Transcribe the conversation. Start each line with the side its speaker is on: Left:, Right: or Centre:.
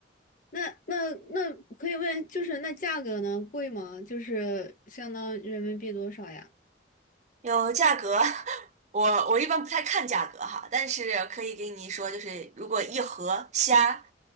Left: 那那那可以问，就是那价格呢，贵吗？就是相当人民币多少呀？
Right: 有价格。<laughs> 我我一般不太看价格哈，但是可以给你说，就是如果一盒虾，